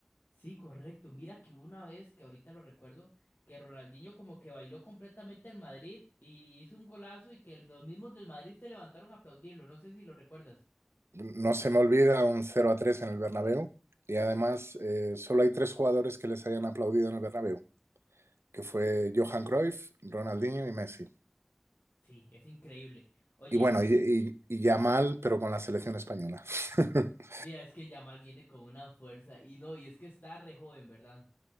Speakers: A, on the left; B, on the right.
A: Sí, correcto. Mira que hubo una vez, que ahorita lo recuerdo, que Ronaldinho como que bailó completamente al Madrid y hizo un golazo y que el- los mismos del Madrid se levantaron a aplaudirlo. No sé si lo recuerdas.
B: No se me olvida un cero a 3 en el Bernabéu. Y además, eh, solo hay tres jugadores que les hayan aplaudido en el Bernabéu, que fue Johan Cruyff, Ronaldinho y Messi.
A: Sí, es increíble. Oye,
B: Y bueno,
A: y
B: y, y- y ya mal, pero con la selección española. <laughs>
A: mira, es que Yamal viene con una fuerza y no, y es que está re joven, ¿verdad?